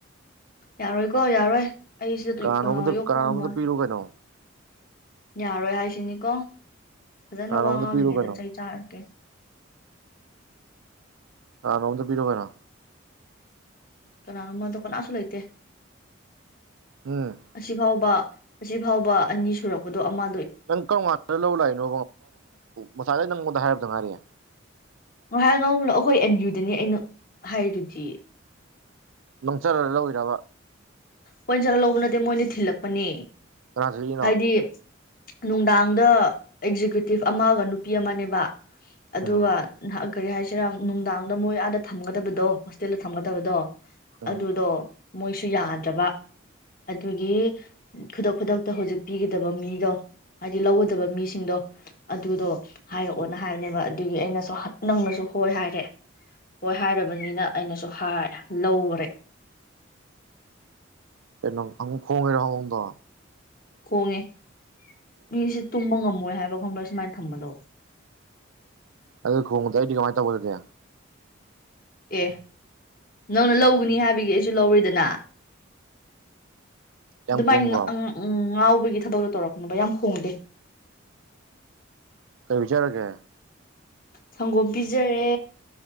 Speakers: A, on the left; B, on the right.
A: ꯌꯥꯔꯣꯏꯀꯣ ꯌꯥꯔꯣꯏ! ꯑꯩꯁꯤꯗ
B: ꯀꯥꯅꯥꯅꯣꯝꯃꯗ
A: ꯌꯣꯛꯄ
B: ꯀꯥꯅꯥ
A: ꯉꯝꯃꯣꯏ
B: ꯅꯣꯝꯗ ꯄꯤꯔꯣ ꯀꯩꯅꯣ꯫
A: ꯌꯥꯔꯣꯏ ꯍꯥꯏꯁꯤꯅꯤꯀꯣ! ꯐꯖꯅ
B: ꯀꯅꯥꯅꯣꯝꯗ
A: ꯋꯥ ꯉꯥꯡꯂꯤꯉꯩꯗ
B: ꯄꯤꯔꯨ ꯀꯩꯅꯣ
A: ꯆꯩ ꯆꯥꯔꯛꯀꯦ꯫
B: ꯀꯥꯅꯥꯅꯣꯝꯗ ꯄꯤꯔꯣ ꯀꯩꯅꯣ
A: ꯀꯅꯥꯅꯣꯃ ꯀꯅꯥꯁꯨ ꯂꯩꯇꯦ
B: ꯎꯝ
A: ꯑꯁꯤꯐꯥꯎꯕ ꯑꯁꯤ ꯐꯥꯎꯕ ꯑꯅꯤ ꯁꯨꯔꯛꯄꯗꯣ ꯑꯃ
B: ꯅꯪ ꯀꯔꯝ ꯀꯥꯟꯗ ꯂꯧ ꯂꯥꯛꯏꯅꯣ ꯃꯁꯥꯗꯩ ꯅꯪꯉꯣꯟꯗ ꯍꯥꯏꯔꯔꯕꯗ ꯉꯥꯏꯔꯤꯦ
A: ꯉꯍꯥꯛ ꯅꯂ ꯑꯩꯈꯣꯏ ꯑꯦꯝ ꯌꯨꯗꯅꯤ ꯑꯩꯅ ꯍꯥꯏꯔꯨꯗꯤ
B: ꯅꯪꯆꯠꯂꯒ ꯂꯧꯏꯔꯕ
A: ꯀꯣꯏ ꯆꯥꯛ ꯂꯧꯕ ꯅꯠꯇꯦ ꯃꯣꯏꯅ ꯊꯤꯜꯂꯛꯄꯅꯦ
B: <unintelligible>
A: ꯍꯥꯏꯗꯤ ꯅꯨꯡꯗꯥꯡꯗ ꯑꯦꯛꯖꯤꯀ꯭ꯌꯨꯇꯤꯞ ꯑꯃꯒ ꯅꯨꯄꯤ ꯑꯃꯅꯦꯕ ꯑꯗꯨꯒ
B: ꯎꯝ
A: ꯀꯔꯤ ꯍꯥꯏꯁꯤꯔꯥ ꯅꯨꯡꯗꯥꯡꯗ ꯃꯣꯏ ꯑꯥꯗ ꯊꯝꯒꯗꯕꯗꯣ ꯍꯣꯁꯇꯦꯜꯗ ꯊꯝꯒꯗꯕꯗꯣ
B: ꯎꯝ
A: ꯑꯗꯨꯗꯣ ꯃꯣꯏꯁꯨ ꯌꯥꯗ꯭ꯔꯕ ꯑꯗꯨꯒꯤ ꯈꯨꯗꯛ ꯈꯨꯗꯛꯇ ꯍꯧꯖꯤꯛ ꯄꯤꯒꯗꯕ ꯃꯤꯗꯣ ꯍꯥꯏꯗꯤ ꯂꯧꯒꯗꯕ
B: ꯎꯝ
A: ꯃꯤꯁꯤꯡꯗꯣ ꯑꯗꯨꯗꯣ
B: ꯎꯝ
A: ꯍꯥꯏꯔꯛꯑꯣ ꯑꯣꯠꯅ ꯍꯥꯏꯕꯅꯦꯕ ꯑꯗꯨꯒꯤ ꯑꯩꯅꯁꯨ ꯅꯪꯅꯁꯨ ꯍꯣꯏ ꯍꯥꯏꯔꯦ ꯍꯣꯏ ꯍꯥꯏꯔꯕꯅꯤꯅ ꯑꯩꯅꯁꯨ ꯍꯥꯏꯔꯦ ꯅꯧꯔꯦ
B: ꯀꯩꯅꯣ ꯈꯣꯡꯉꯔ ꯍꯣꯡꯉꯗ
A: ꯀꯣꯡꯉꯦ ꯃꯤꯁ ꯇꯨꯃ ꯉꯃ ꯃꯣꯏ ꯍꯥꯏꯕ ꯈꯪꯕ꯭ꯔꯥ ꯁꯨꯃꯥꯏꯅ ꯊꯝꯕꯗꯣ
B: ꯑꯗꯨ ꯈꯗ ꯀꯃꯥꯏ ꯇꯧꯕꯥ ꯑꯗꯨꯗꯤ
A: ꯑꯦ ꯅꯪꯅ ꯂꯧꯕꯅꯤ ꯍꯥꯏꯕꯒꯤ ꯑꯩꯁꯨ ꯂꯧꯔꯤꯗꯅ
B: ꯌꯥꯝ
A: ꯑꯗꯨꯃꯥꯏꯅ
B: ꯈꯣꯡꯕ꯭ꯔꯣ
A: ꯎꯝ ꯉꯥꯎ <unintelligible> ꯌꯥꯝ ꯍꯣꯡꯗꯦ
B: ꯀꯩ ꯆꯔꯒꯦ
A: ꯁꯪꯒꯣꯝ ꯄꯤꯖꯔꯦ